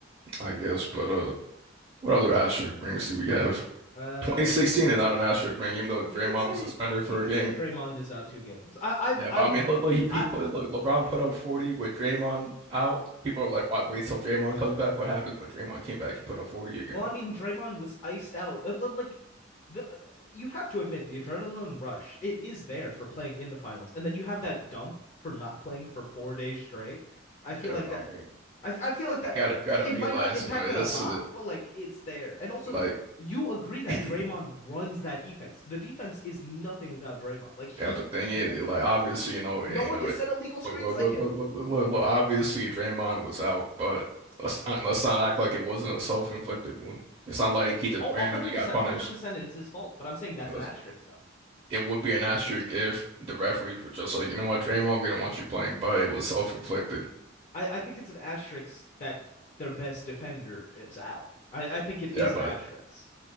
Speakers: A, on the right; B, on the left.
A: I guess. But uh, what other asterisk rings do we have?
B: Uh,
A: 2016 is not an asterisk ring, even though Draymond
B: you could say
A: was suspended
B: you
A: for
B: could
A: a game.
B: say Draymond is out two games. I
A: Yeah,
B: I
A: but
B: I
A: I mean, look, look, he,
B: I
A: he put look, LeBron put up 40 with Draymond out. People are like, "What? Wait till Draymond comes back." What happens when Draymond came back? He put up 40 again.
B: Well, I mean, Draymond was iced out. Uh, li- Like the uh, you have to admit the adrenaline rush. It is there for playing in the finals. And then you have that dump for not playing for four days straight. I feel
A: Yeah,
B: like
A: I
B: that
A: mean, you
B: I I feel like that
A: gotta you gotta
B: uh, it
A: realize,
B: might not impact
A: you know,
B: it
A: that's
B: a lot,
A: uh,
B: but like it's there. And also
A: like.
B: you agree that
A: <clears throat>
B: Draymond runs that defense. The defense is nothing without Draymond. Like he
A: Yeah, the thing
B: is
A: is,
B: that
A: like
B: defense.
A: obviously, you know, it-
B: No
A: you
B: one
A: know,
B: can
A: it,
B: set illegal screens
A: look, look,
B: like
A: look,
B: him.
A: look, look, look, look, look. Obviously, Draymond was out, but let's not let's not act like it wasn't a self-inflicted wound. It's not like he just
B: Oh,
A: randomly
B: 100%,
A: got punished.
B: 100% it's his fault. But I'm saying that's
A: You know,
B: an asterisk though.
A: it would be an asterisk if the referees were just like, you know what, Draymond, we don't want you playing, but it was self-inflicted.
B: I, I think it's an asterisk that their best defender is out. I, I think it
A: Yeah,
B: is
A: but
B: an asterisk.